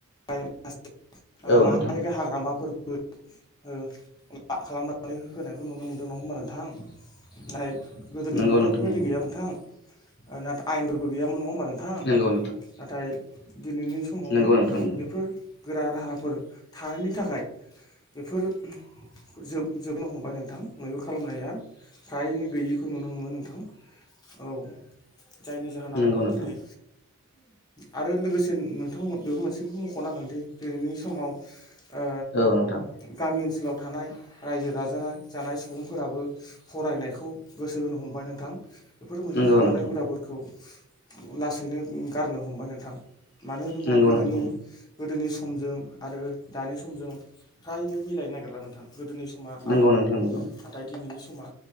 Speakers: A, on the left; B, on the left.
A: <inaudible>
B: औ
A: माहारि
B: नोंथां
A: हाग्रामाफोरबो ओ ला खालामनानै होनायखौ नुनो मोनदों नङा होमबा नोंथां। ओमफ्राय गोदोनि
B: नंगौ
A: समावथ'
B: नोंथां
A: बेफोरबायदि
B: नंगौ
A: गैयामोन नोंथां नाथाय आयेनफोरबो गैयामोन नङा होनबा नोंथां
B: नंगौ
A: नाथाय दिनैनि समावहाय
B: नोंथां नंगौ नोंथां नंगौ
A: बेफोर गोरा राहाफोर थानायनि थाखाय बेफोर जोब जोबनो हमबाय नोंथां मैगुर खालामनाया फ्रायैनो गैयिखौ नुनो मोनो नोंथां। औ जायनि जाहोनावहाय
B: नंगौ नोंथां
A: दिनै आरो लोगोसे नोंथांमोन बेबो मोनसे मख'नांगोनदि दिनैनि समाव ओ
B: औ नोंथां
A: गामि ओनसोलाव थानाय रायजो-राजा जानाय सुबुंफोराबो फरायनायखौ गोसो होनो हमबाय नोंथां। बेफोर मैहुर
B: नंगौ
A: खालामनाय
B: नोंथां
A: हुदाफोरखौ लासैनो गारनो हमबाय नोंथां, मानो होनोबा
B: नंगौ
A: गोदोनि
B: नोंथां
A: गोदोनि समजों आरो दानि समजों फ्रायनो मिलायनो नागिरला नोंथां। गोदोनि समा
B: नंगौ
A: आलदामोन
B: नोंथां नंगौ
A: नाथाय दिनैनि समा